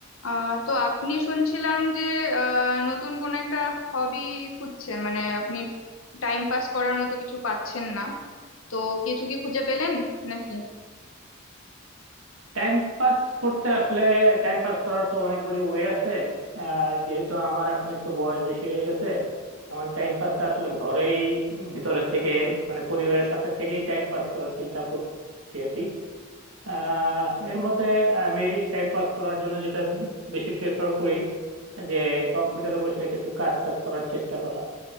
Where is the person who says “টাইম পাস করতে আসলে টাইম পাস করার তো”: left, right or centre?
Right